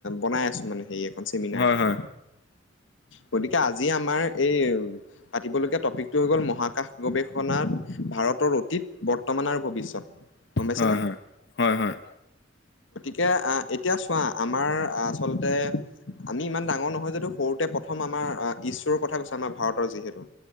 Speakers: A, on the left; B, on the left.
A: বনাই আছো মানে সেই এখন চেমিনাৰ
B: হয়,
A: এখন
B: হয়,
A: গতিকে আজি আমাৰ এই পাতিবলগীয়া টপিকটো হৈ গ'ল মহাকাশ গৱেষণা গৱেষণাৰ ভাৰতৰ অতীত বৰ্তমানৰ ভৱিষ্যত গম পাইছেনে
B: হয়, হয়, হয়, হয়,
A: এতিয়া চোৱা আমাৰ আচলতে আমি ইমান ডাঙৰ নহয় যদিটো সৰুতে প্ৰথম আমাৰ ঈছ্বৰৰ কথা কৈছে আমাৰ ভাৰতৰ যিহেতু